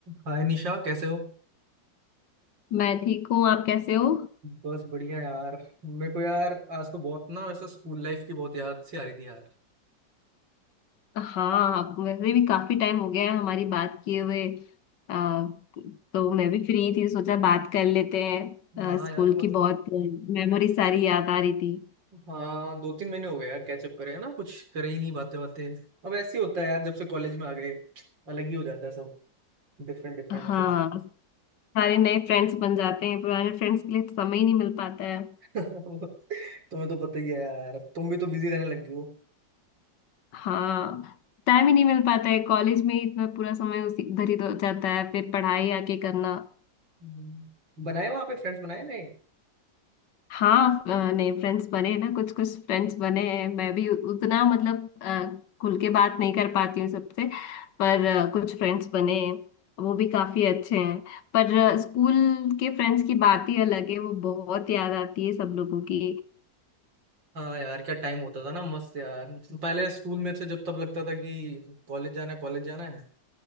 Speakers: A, on the right; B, on the left.
A: हाय निशा कैसे हो
B: मैं ठीक हूँ आप कैसे हो
A: बस बढ़िया यार मेरे को यार आज तो बहुत ना वैसे स्कूल लाइफ की बहुत याद सी आ रही थी यार
B: हाँ वैसे भी काफी टाइम हो गया है हमारी बात किए हुए आ, तो मैं भी फ्री थी सोचा बात कर लेते हैं
A: हाँ
B: आ, स्कूल
A: यार मतलब
B: की बहुत मेमोरी सारी याद आ रही थी
A: हाँ दो तीन महीने हो गए यार कैचअप करे है ना कुछ करे ही नहीं बातें बातें अब ऐसे ही होता है यार जब से कॉलेज में आ गए अलग ही हो जाता है सब डिफरेंट डिफरेंट
B: हाँ
A: सब
B: सारे नए फ्रेंड्स बन जाते हैं पुराने फ्रेंड्स के लिए तो समय ही नहीं मिल पाता है
A: <laughs> तुम्हें तो पता ही है यार तुम भी तो बिजी रहने लग गई हो
B: हाँ टाइम ही नहीं मिल पाता है कॉलेज में ही इतना पूरा समय उसी इधर ही तो जाता है फिर पढ़ाई आके करना
A: हम्म। बनाए वहां पे फ्रेंड्स बनाए नहीं
B: हाँ अ, नए फ्रेंड्स बने हैं ना कुछ कुछ फ्रेंड्स बने हैं मैं भी उ- उतना मतलब अ, खुल के बात नहीं कर पाती हूँ सबसे पर अ, कुछ फ्रेंड्स बने हैं वो भी काफी अच्छे हैं पर अ, स्कूल के फ्रेंड्स की बात ही अलग है वो बहुत याद आती है सब लोगों की
A: हाँ यार क्या टाइम होता था ना मस्त यार पहले स्कूल में थे जब तब लगता था कि कॉलेज जाना है कॉलेज जाना है